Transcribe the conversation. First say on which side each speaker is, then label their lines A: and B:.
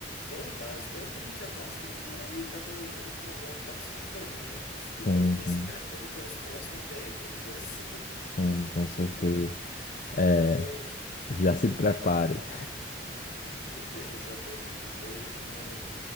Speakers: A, on the left (about 75°); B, on the left (about 45°).
A: é o básico, é o que a gente já gasta, vamos dizer aí, já pelos últimos já 4, 5 <laughs> anos, né? E
B: Sim,
A: vai ter
B: sim,
A: esse gasto ainda pelos próximos dez vamos dizer assim.
B: sim, com certeza.
A: <laughs>
B: É,
A: Então,
B: Já se prepare.
A: <laughs> exatamente. Então a gente não.